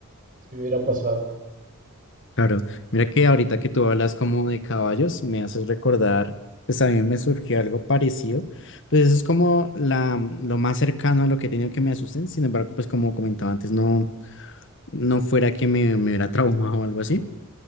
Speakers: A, on the right; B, on the left.
A: se hubiera pasado.
B: claro. Mira que ahorita que tú hablas como de caballos, me haces recordar, pues a mí me surgió algo parecido. Pues eso es como la, lo más cercano a lo que he tenido que me asusten. Sin embargo, pues como comentaba antes, no, no fuera que me, me hubiera traumado o algo así.